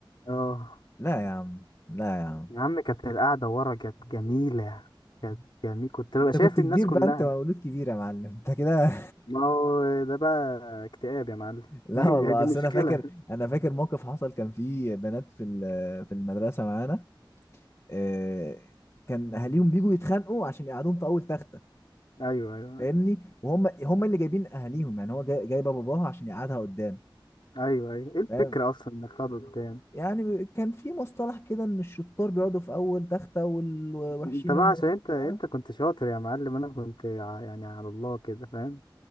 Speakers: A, on the left (about 65°); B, on the left (about 30°).
A: اه
B: لا يا عم لا يا عم
A: يا عم كانت القعده ورا كانت جميله كانت جميل كنت ببقى
B: انت
A: شايف
B: كنت
A: الناس
B: كبير
A: كلها
B: بقى انت مولود كبير يا معلم انت كده
A: ما هو ده بقى اكتئاب يا معلم
B: <laughs> لا
A: <laughs> دي
B: والله
A: دي
B: اصل
A: مشكله
B: انا فاكر انا فاكر موقف حصل كان في بنات في ال- في المدرسه معانا آه، كان اهاليهم بيجوا يتخانقوا عشان يقعدوهم في اول تخته
A: ايوه ايوه
B: فاهمني وهم هم اللي جايبين اهاليهم يعني هو جاي- جايبه باباها عشان يقعدها قدام
A: ايوه ايوه ايه الفكره
B: فاهم؟
A: اصلا انك تقعد قدام
B: يعني كان في مصطلح كده ان الشطار بيقعدوا في اول تختة والوحشين
A: انت بقى
B: هم اللي-
A: عشان انت انت
B: فاهم
A: كنت شاطر يا معلم انا كنت ع- يعني على الله كده فاهم